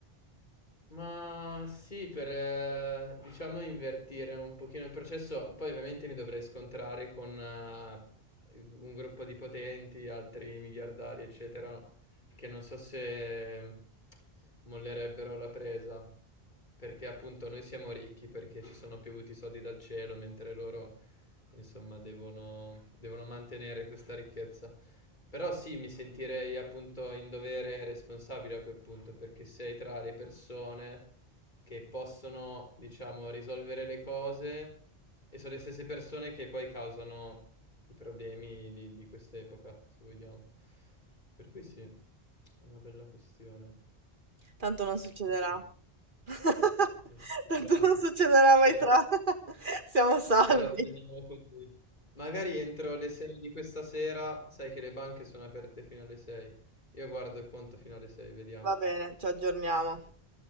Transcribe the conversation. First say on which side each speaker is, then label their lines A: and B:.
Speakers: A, on the left; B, on the right.
A: Ma sì, per eh, diciamo invertire un pochino il processo, poi ovviamente mi dovrei scontrare con eh, un gruppo di potenti, altri miliardari, eccetera, che non so se mollerebbero la presa, perché appunto noi siamo ricchi perché ci sono piovuti soldi dal cielo, mentre loro Insomma, devono, devono mantenere questa ricchezza. Però sì, mi sentirei appunto in dovere e responsabile a quel punto, perché sei tra le persone che possono, diciamo, risolvere le cose e sono le stesse persone che poi causano i problemi di, di quest'epoca, se vogliamo. Per cui sì, è una bella questione.
B: Tanto non succederà.
A: Chissà,
B: <laughs>
A: una società
B: Tanto non succederà mai
A: che era
B: tra. <laughs> Siamo salvi.
A: Ci rassegniamo così. Magari entro le 6 di questa sera, sai che le banche sono aperte fino alle 6. Io guardo il conto fino alle 6, vediamo.
B: Va bene, ci aggiorniamo.